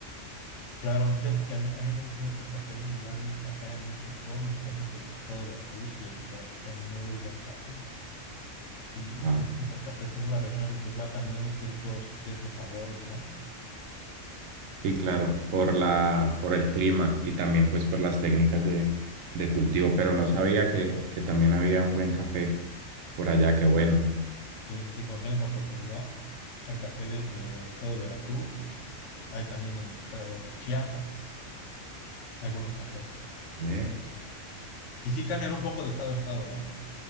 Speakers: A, on the left (about 70°); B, on the right (about 80°).
A: Claro, fíjate que a mí, a mí me gusta mucho el café. Igual acá en México, mi esposa es del estado de Veracruz y ahí en Veracruz hay muy buen café. Y,
B: Ah,
A: y como el café según la región, pues va cambiando ciertos, ciertos sabores, ¿no?
B: sí, claro, por la, por el clima y también pues por las técnicas de, de cultivo, pero no sabía que, que también había un buen café por allá, qué bueno.
A: Sí, sí, sí, cuando tengas la oportunidad, al café de- del estado de Veracruz, hay también en el estado de Chiapas, hay buenos cafés.
B: ¿eh?
A: Y sí cambian un poco de estado a estado, ¿eh?